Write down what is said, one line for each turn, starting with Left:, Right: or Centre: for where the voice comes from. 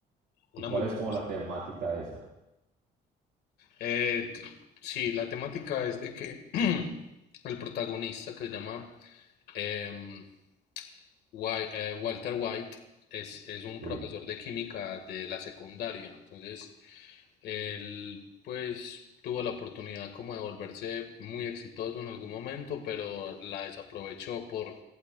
Left: una
Right: ¿Y cuál
Left: muy buena
Right: es como la temática
Left: serie.
Right: de esa?
Left: Eh, c- sí, la temática es de que <clears throat> el protagonista que se llama em, Wai- eh, Walter White es, es un
Right: Sí,
Left: profesor de química de la secundaria, entonces él pues tuvo la oportunidad como de volverse muy exitoso en algún momento, pero la desaprovechó por,